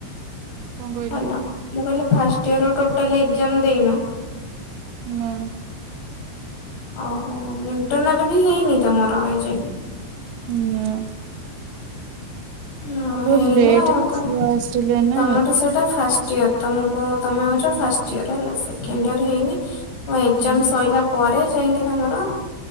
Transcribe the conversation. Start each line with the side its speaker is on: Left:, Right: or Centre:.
Right: କଣ କହିଲ
Left: ହାଲୋ ମୁଁ କହିଲି ଫାଷ୍ଟ ଇୟର ଟୋଟାଲ ଏକ୍ଜାମ ଦେଇନ।
Right: ନା
Left: ଓହୋ ଇଣ୍ଟରନାଲ ବି ହେଇନି ତମର ଏଇ ଯାଏ।
Right: ନାଁ।
Left: ହଁ
Right: ବହୁତ
Left: ହେଇନି
Right: ଲେଟ
Left: ଆଉ ତ
Right: ଛୁଆ ଆସିଲେ ନା।
Left: ତମର ସେଠେ ଫାଷ୍ଟ ଇୟର ତମକୁ ତମେ ହଉଛ ଫାଷ୍ଟ ଇୟର ହେଲା ସେକେଣ୍ଡ ଇୟର ହେଇନି। ତମ ଏଜାମ
Right: ହୁଁ।
Left: ସରିଲା ପରେ ଯାଇକି ତାଙ୍କର